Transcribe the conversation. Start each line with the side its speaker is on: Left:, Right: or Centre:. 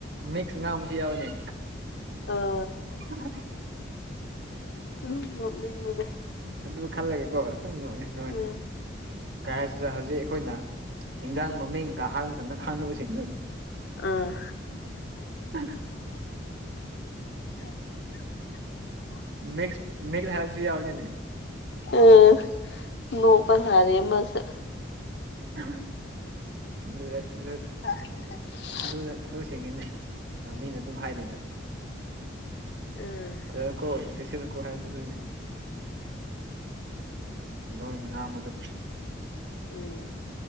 Right: ꯃꯤꯛꯁ ꯉꯥꯡꯕꯁꯨ ꯌꯥꯎꯅꯤ
Left: ꯑ
Right: ꯑ
Left: ꯎꯝ ꯎꯝ
Right: ꯑꯗꯨ ꯈꯜꯂꯒꯀꯣ ꯑꯗꯨꯝ ꯅꯣꯛꯑꯦ
Left: ꯎꯝ
Right: ꯀꯥꯏ ꯍꯥꯏꯁꯤꯗ ꯍꯧꯖꯤꯛ ꯑꯩꯈꯣꯏꯅ ꯍꯟꯖꯥꯡ ꯃꯃꯤꯡ ꯀꯥꯍꯜꯗꯅ ꯈꯥꯡꯅꯕꯁꯤꯡꯗꯨ
Left: ꯑꯥ
Right: <inaudible> ꯃꯤꯁ ꯃꯤꯁ ꯍꯥꯏꯔ ꯀꯁꯤ ꯌꯥꯕꯅꯤꯅꯤ
Left: ꯎꯝ ꯅꯣ ꯐꯁꯥꯔꯦ ꯃꯁ
Right: ꯎꯝ ꯅꯁ
Left: ꯑ
Right: ꯑꯗꯨ ꯑꯗꯨꯁꯤꯡꯉꯤꯅꯦ ꯃꯤꯅ ꯑꯗꯨꯝ ꯍꯥꯏꯔꯤꯗ
Left: ꯎꯝ
Right: ꯑꯗꯨ ꯀꯣ ꯁꯤꯀꯣ ꯍꯥꯏꯔꯗ ꯑꯗꯨꯅꯤ ꯂꯣꯟ ꯉꯥ ꯃꯗꯨ
Left: ꯎꯝ